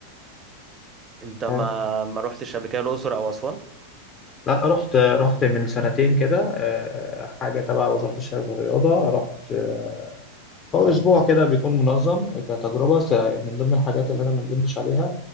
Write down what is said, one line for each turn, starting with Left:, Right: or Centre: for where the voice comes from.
Right: انت ما
Left: آه.
Right: ما رحتش قبل كده الاقصر او اسوان
Left: لا رحت رحت من سنتين كده آه، حاجه تبع وزاره الشباب والرياضه رحت اه هو
Right: اه
Left: اسبوع كده بيكون منظم كتجربه س- من ضمن الحاجات اللي انا ما ندمتش عليها